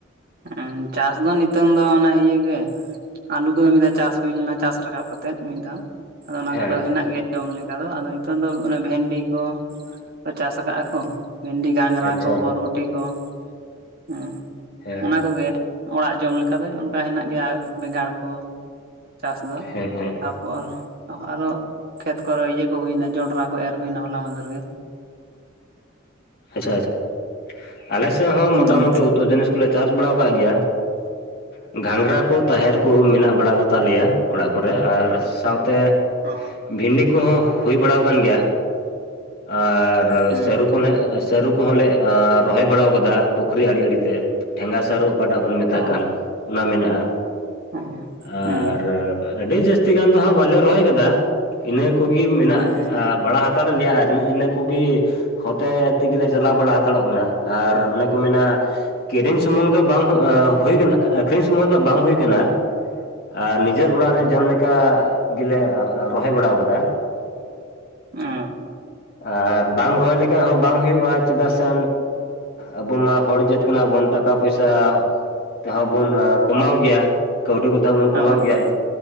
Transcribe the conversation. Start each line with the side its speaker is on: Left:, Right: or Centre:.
Right: ᱦᱮᱸ ᱪᱟᱥ ᱫᱚ ᱱᱤᱛᱚᱝ ᱫᱚ ᱚᱱᱟ ᱤᱭᱟᱹ ᱜᱮ ᱟᱞᱩ ᱠᱚᱫᱚ ᱢᱤᱫ ᱫᱷᱟᱣ ᱪᱟᱥ ᱦᱩᱭ ᱞᱮᱱᱟ ᱪᱟᱥ ᱨᱟᱠᱟᱵ ᱠᱟᱛᱮᱫ ᱢᱤᱫ ᱫᱷᱟᱣ ᱟᱫᱚ ᱚᱱᱟ
Left: ᱦᱮᱸ
Right: ᱠᱚᱫᱚ ᱦᱮᱱᱟᱜ ᱜᱮᱭᱟ ᱡᱚᱢ ᱞᱮᱠᱟ᱾ ᱠᱟ ᱫᱚ ᱟᱫᱚ ᱱᱤᱛᱚᱝ ᱫᱚ ᱚᱱ ᱵᱷᱮᱱᱰᱤ ᱠᱚ ᱪᱟᱥ ᱟᱠᱟᱟᱜᱼᱟ ᱠᱚ᱾ ᱵᱷᱤᱱᱰᱤ ᱜᱷᱟᱸᱜᱽᱨᱟ
Left: ᱟᱪᱪᱷᱟ
Right: ᱠᱚ ᱵᱷᱚᱨᱵᱚᱴ ᱠᱚ ᱦᱚᱸ
Left: ᱦᱮᱸ
Right: ᱚᱱᱟ ᱠᱚᱜᱮ ᱚᱲᱟᱜ ᱡᱚᱢ ᱞᱮᱠᱟ ᱫᱚ ᱚᱱᱠᱟ ᱦᱮᱱᱟᱜ ᱜᱮᱭᱟ ᱵᱮᱸᱜᱟᱲ ᱠᱚ ᱪᱟᱥ ᱫᱚ
Left: ᱦᱮᱸ ᱦᱮᱸ
Right: ᱛᱟᱯᱚᱨ ᱟᱨᱚ ᱠᱷᱮᱛ ᱠᱚᱨᱮ ᱤᱭᱟᱹ ᱠᱚ ᱦᱩᱭᱱᱟ ᱡᱚᱸᱰᱨᱟ ᱠᱚ ᱮᱨ ᱦᱩᱭᱱᱟ ᱦᱚᱞᱟ ᱢᱫᱷᱮᱨ ᱜᱮ
Left: <unintelligible> ᱟᱞᱮ ᱥᱮᱫ ᱦᱚᱸ
Right: ᱦᱩᱸ
Left: ᱢᱳᱴᱟᱢᱩᱴᱤ ᱩᱛᱩ ᱡᱤᱱᱤᱥ ᱠᱚᱞᱮ ᱪᱟᱥ ᱵᱟᱲᱟ ᱠᱟᱜ ᱜᱮᱭᱟ ᱜᱷᱟᱸᱝᱨᱟ ᱠᱚ ᱛᱟᱦᱮᱨ ᱠᱚ ᱢᱮᱱᱟᱜ ᱵᱟᱲᱟ ᱜᱮ ᱛᱟᱞᱮᱭᱟ ᱚᱲᱟᱜ ᱠᱚᱨᱮ ᱟᱨ ᱥᱟᱶᱛᱮ
Right: ᱚ
Left: ᱵᱷᱤᱱᱰᱤ ᱠᱚᱦᱚᱸ ᱦᱩᱭ ᱵᱟᱲᱟᱠᱟᱱ ᱜᱮᱭᱟ ᱟᱨ
Right: ᱦᱩᱸ
Left: ᱥᱟᱹᱨᱩᱠ ᱥᱟᱹᱨᱩ ᱠᱚᱦᱚᱸᱞᱮ ᱨᱚᱦᱚᱭ ᱵᱟᱲᱟᱠᱟᱫᱟ ᱯᱩᱠᱷᱨᱤ ᱟᱲᱮ ᱟᱲᱮᱛᱮ ᱴᱷᱮᱸᱜᱟ ᱥᱟᱹᱨᱩ ᱚᱠᱟᱴᱟᱜ ᱵᱚᱱ ᱢᱮᱛᱟᱜ
Right: ᱚ
Left: ᱠᱟᱱ ᱚᱱᱟ ᱢᱮᱱᱟᱜᱼᱟ
Right: ᱚ
Left: ᱟᱨ
Right: ᱦᱩᱸ
Left: ᱟᱹᱰᱤ ᱡᱟᱹᱥᱛᱤ ᱜᱟᱱ ᱫᱚ ᱦᱟᱸᱜ ᱵᱟᱞᱮ ᱨᱚᱦᱚᱭ ᱟᱠᱟᱫᱟ ᱤᱱᱟᱹ ᱠᱚᱜᱮ ᱢᱮᱱᱟᱜ
Right: ᱦᱩᱸ
Left: ᱵᱟᱲᱟ ᱦᱟᱛ <unintelligible> ᱠᱚᱮ ᱦᱚᱛᱮ ᱛᱮᱜᱮᱞᱮ ᱪᱟᱞᱟᱣ ᱵᱟᱲᱟ ᱦᱟᱛᱟᱲᱚᱜ ᱠᱟᱱᱟ ᱟᱨ ᱚᱱᱮ ᱠᱚ ᱢᱮᱱᱟ ᱠᱤᱨᱤᱧ ᱥᱩᱢᱩᱝ ᱫᱚ ᱵᱟᱝ ᱦᱩᱭ <unintelligible> ᱟᱠᱷᱨᱤᱧ ᱥᱚᱢᱚᱭ ᱫᱚ ᱵᱟᱝ ᱦᱩᱭ ᱟᱠᱟᱱᱟ ᱟᱨ ᱱᱤᱡᱮᱨ ᱚᱲᱟᱜ ᱨᱮ ᱡᱚᱢ ᱞᱮᱠᱟ ᱜᱮᱞᱮ ᱨᱚᱦᱚᱭ ᱵᱟᱲᱟ ᱠᱟᱫᱟ
Right: ᱚ
Left: ᱟᱨ ᱵᱟᱝ ᱨᱚᱦᱚᱭ ᱞᱮᱠᱷ ᱦᱚᱸ ᱵᱟᱝ ᱦᱩᱭᱩᱜᱼᱟ ᱪᱮᱫᱟᱜ ᱥᱮ ᱟᱵᱚ ᱢᱟ ᱦᱚᱲ ᱡᱟᱹᱛ ᱠᱟᱱᱟ ᱵᱚᱱ ᱴᱟᱠᱟ ᱯᱚᱭᱥᱟ ᱛᱮᱦᱚᱸ ᱵᱚᱱ ᱠᱚᱢᱟᱣ ᱜᱮᱭᱟ ᱠᱟᱹᱣᱰᱤ ᱠᱚᱛᱮᱦᱚᱸ ᱵᱚᱱ
Right: ᱚ
Left: ᱠᱚᱢᱟᱣ
Right: ᱦᱳᱭ
Left: ᱜᱮᱭᱟ
Right: ᱦᱳᱭ